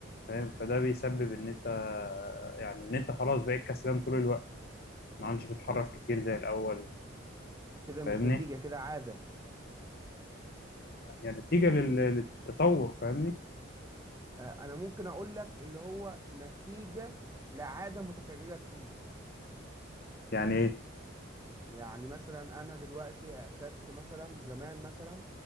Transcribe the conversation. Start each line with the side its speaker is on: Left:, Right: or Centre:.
Left: فاهم فده بيسبب ان انت يعني ان انت خلاص بقيت كسلان طول الوقت ما عادش بتتحرك
Right: بس
Left: كتير زي الاول
Right: كده مش
Left: فاهمني
Right: نتيجه كده عاده
Left: هي نتيجة لل- للتطور فاهمني
Right: آه، انا ممكن اقول لك اللي هو نتيجه لعاده متكرره كتير
Left: يعني ايه
Right: يعني مثلا انا دلوقتي اعتدت مثلا زمان مثلا